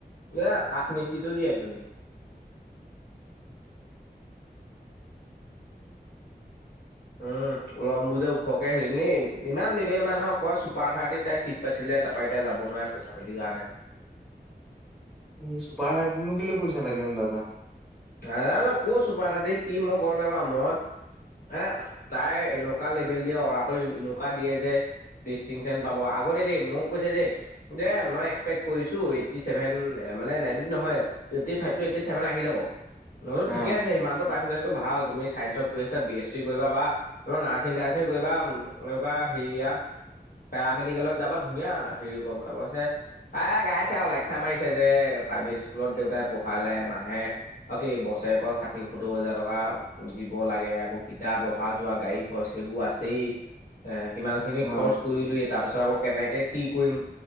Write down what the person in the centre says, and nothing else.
এই চুপাৰ থাৰ্টিতনো, কেলে কৈছে নো তাৰ‌পৰা।
অ
অ